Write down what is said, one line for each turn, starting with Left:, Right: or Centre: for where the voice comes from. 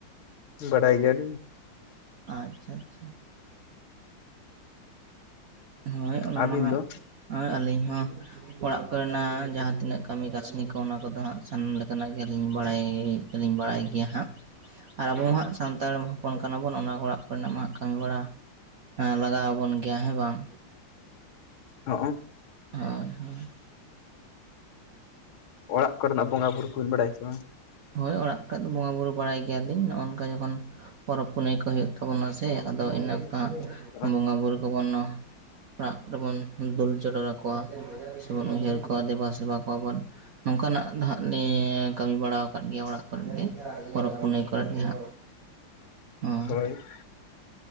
Left: ᱵᱟᱰᱟᱭ ᱜᱮᱭᱟᱞᱤᱧ᱾
Right: ᱟᱼᱪᱪᱷᱟ-ᱪᱷᱟ᱾ ᱦᱳᱭ ᱚᱱᱟ
Left: ᱟᱹᱵᱤᱱ
Right: ᱢᱟᱦᱟᱸᱜ
Left: ᱫᱚ
Right: ᱚᱸ ᱟᱹᱞᱤᱧ ᱦᱚᱸ᱾ ᱚᱲᱟᱜ ᱠᱚᱨᱮᱱᱟᱜ ᱡᱟᱦᱟᱸ ᱛᱤᱱᱟᱹᱜ ᱠᱟᱹᱢᱤ ᱠᱟᱹᱥᱱᱤ ᱠᱚ, ᱚᱱᱟ ᱠᱚᱫᱚ ᱦᱟᱸᱜ ᱥᱟᱱᱟᱢ ᱞᱮᱠᱟᱱᱟᱜ ᱜᱮ ᱟᱹᱞᱤᱧ ᱵᱟᱲᱟᱭ ᱞᱤᱧ ᱵᱟᱲᱟᱭ ᱜᱮᱭᱟ ᱦᱟᱸᱜ᱾ ᱟᱨ ᱟᱵᱚ ᱢᱟᱦᱟᱸᱜ ᱥᱟᱱᱛᱟᱲ ᱯᱚᱱ ᱠᱟᱱᱟᱵᱚᱱ ᱚᱱᱟ ᱚᱲᱟᱜ ᱠᱚᱨᱮᱱᱟᱜ ᱢᱟᱦᱟᱸᱜ ᱠᱟᱹᱢᱤ ᱵᱟᱲᱟ ᱮᱸ ᱞᱟᱜᱟᱣ ᱟᱵᱚᱱ ᱜᱮᱭᱟ ᱦᱮᱸ, ᱵᱟᱝ!
Left: ᱚ ᱚᱝ
Right: ᱦᱚᱭ-ᱦᱚᱭ᱾
Left: ᱚᱲᱟᱜ ᱠᱚᱨᱮᱱᱟᱜ ᱵᱚᱸᱜᱟ ᱵᱩᱨᱩ ᱠᱩᱣᱤᱱ ᱵᱟᱲᱟᱭᱟ ᱪᱮ ᱵᱟᱝ?
Right: ᱦᱳᱭ ᱚᱲᱟᱜ ᱠᱨᱮᱫ ᱫᱚ ᱵᱚᱸᱜᱟ ᱵᱩᱨᱩ ᱵᱟᱲᱟᱭ ᱜᱮᱭᱟᱞᱤᱧ ᱱᱚᱜᱼᱚᱱᱝᱠᱟ, ᱡᱚᱠᱷᱚᱱ ᱯᱚᱨᱚᱵᱽ ᱯᱩᱱᱟᱹᱭ ᱠᱚ ᱦᱩᱭᱩᱜ ᱛᱟᱵᱚᱱᱟ ᱥᱮᱻ ᱟᱫᱚ ᱤᱱᱟᱹ ᱟᱸᱜ
Left: ᱵᱟᱝ?
Right: ᱵᱚᱸᱜᱟᱼᱵᱩᱨᱩ ᱠᱚᱵᱚᱱ ᱱᱚ ᱚᱲᱟᱜ ᱠᱚᱨᱮᱵᱚᱱ ᱫᱩᱞ ᱪᱚᱰᱚᱨ ᱟᱠᱚᱣᱟ᱾ ᱮᱵᱚᱱ ᱩᱭᱦᱟᱹᱨ ᱠᱚᱣᱟ ᱫᱮᱵᱟ-ᱥᱮᱵᱟ ᱠᱚᱣᱟ ᱵᱚᱱ, ᱱᱚᱝᱠᱟᱱᱟᱜ ᱫᱟ ᱦᱟᱸᱜ ᱱᱤᱼᱭᱮ ᱠᱟᱹᱢᱤ ᱵᱟᱲᱟ ᱠᱟᱫ ᱜᱮᱭᱟ ᱚᱲᱟᱜ ᱠᱚᱨᱮᱫ ᱜᱮ ᱯᱚᱨᱚᱵᱽ ᱯᱩᱱᱟᱹᱭ ᱠᱚᱨᱮ ᱜᱮ ᱦᱟᱸᱜ ᱩᱸ
Left: ᱟᱹᱭ᱾